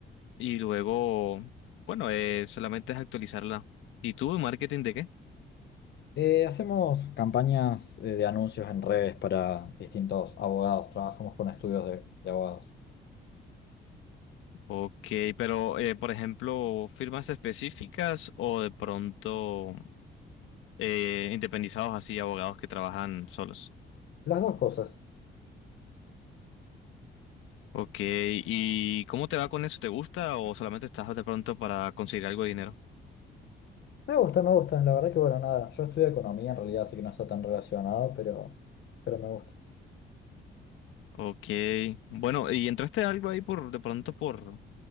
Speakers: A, on the left (about 85°); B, on the left (about 60°).
A: y luego, bueno, eh, solamente es actualizarla. ¿Y tú, marketing de qué?
B: Eh, hacemos campañas eh, de anuncios en redes para distintos abogados, trabajamos con estudios de, de abogados.
A: Ok, pero eh, por ejemplo, firmas específicas o de pronto eh, independizados así, abogados que trabajan solos.
B: Las dos cosas.
A: Ok, ¿y cómo te va con eso? ¿Te gusta o solamente estás de pronto para conseguir algo de dinero?
B: Me gusta, me gustan, la verdad que bueno, nada, yo estudio economía en realidad, así que no está tan relacionado, pero, pero me gusta.
A: Ok, bueno, ¿y entraste algo ahí por de pronto por